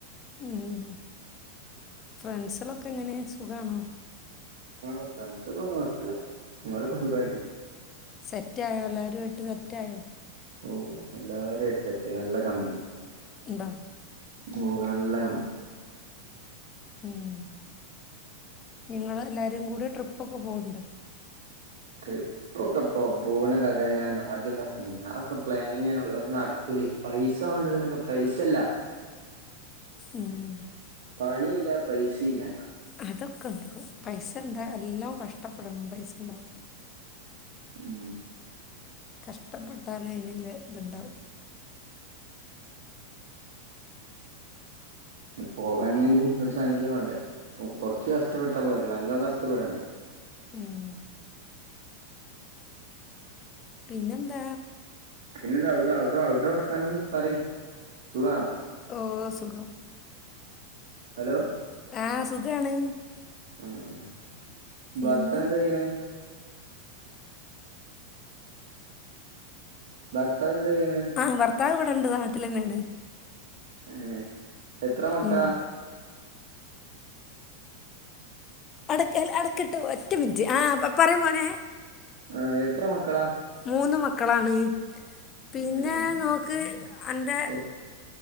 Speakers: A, on the left; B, on the right.
A: ഉം ഉം ഫ്രണ്ട്സെളൊക്കെ എങ്ങനെ സുഖാണോ
B: ആഹ് ഫ്രണ്ട്സെതൊന്നു ഒയ്പല്യ നിങ്ങളൊക്കെ സുഖമായിട്ടിരി
A: സെറ്റ് ആയോ എല്ലാരു ആയിട്ട് സെറ്റായോ
B: ഓ എല്ലാരും ആയിട്ട് സെറ്റ് ആയി നല്ല കമ്പിനി
A: <unintelligible>
B: ഓ നല്ല കമ്പനിയാ
A: ഉം നിങ്ങള് എല്ലാവരും കൂടി ട്രിപ്പൊക്കെ പോവ്ണ്ടോ
B: ട്രിപ്പൊക്കെ പോ പോണ കഥയാ ഞാൻ ആദ്യം പറഞ്ഞീനി അതൊക്കെ പ്ലാനിങ്ങനെ ഉള്ളൂ അതൊന്നും നടക്കൂല പൈസ വേണ്ടതിനൊക്കെ പൈസ ഇല്ല
A: ഉം
B: പണില്ല പൈസില്ല
A: അതൊക്കെ ഇണ്ടാവും പൈസ എന്താ നല്ലോം കഷ്ട്ടപ്പെടണം പൈസ ഉണ്ടാവാൻ.
B: ഉം
A: കഷ്ടപ്പെട്ടാലെ അയിനള്ള ഇതുണ്ടാവു.
B: ഈ പോകാനായാലും ഒരു സംഖ്യ വേണ്ടേ പ്പോ കൊറച്ച് കഷ്ടപ്പെട്ടാ പോരല്ലാ നല്ലോം കഷ്ടപ്പെടണ്ടേ
A: ഉം പിന്നെന്താ
B: പിന്നെന്താ അവുടെ അവുടെ വർത്താനൊന്ന് പറി സുഖാണോ
A: ഓ സുഖം
B: ഹലോ
A: ആഹ് സുഖാണ്
B: മ്ഹ്
A: പിന്നെ
B: ഭർത്താവ് എന്താ ചെയ്യണെ ഭർത്താവ് എന്ത് എന്താ ചെയ്യണേ
A: ആ ഭർത്താവ് ഇവിടെണ്ട്. നാട്ടിലെന്നെണ്
B: ഏ എത്ര മക്കളാ
A: ഉം അടയ്ക്ക് അടയ്ക്ക്ട്ടോ ഒറ്റ മിനിറ്റ് ആഹ് പറയ്‌ മോനേ
B: ആഹ് എത്ര മക്കളാ
A: മൂന്ന് മക്കളാണ് പിന്നെ
B: ഉം
A: നോക്ക് അന്റെ
B: ഓഹ്